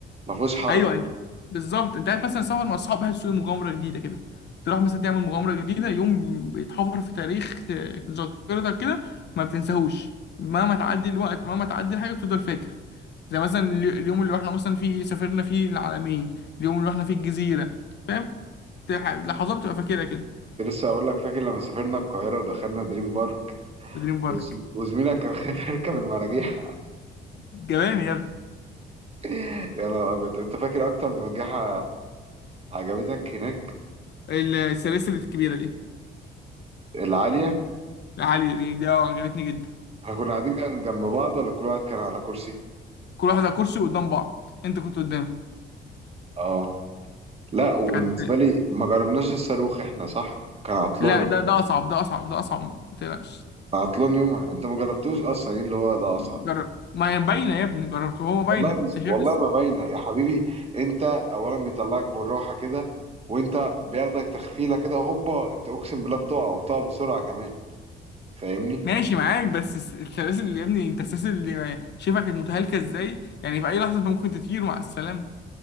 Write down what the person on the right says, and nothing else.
ما فيهوش حركه
لسه هقول لك فاكر لما سافرنا القاهرة ودخلنا دريم بارك
وز- وزميلك كان خايف يركب المراجيح
<laughs> يا نهار أبيض طب أنت فاكر أكتر مرجحة عجبتك هناك
العالية؟
إحنا كنا قاعدين جن- جنب بعض ولا كل واحد كان على كرسي؟
آه لا وبالنسبة
لي ما جربناش الصاروخ إحنا صح؟ كان عطلان
يوم
كان عطلان يومها أنت ما جربتوش أصلا إيه اللي هو ده أصعب
والله مش
والله
ما باينه يا حبيبي انت اولا بيطلعك بالراحه كده وانت بياخدك تخفيله كده هوبا انت اقسم بالله بتقع وبتقع بسرعه كمان فاهمني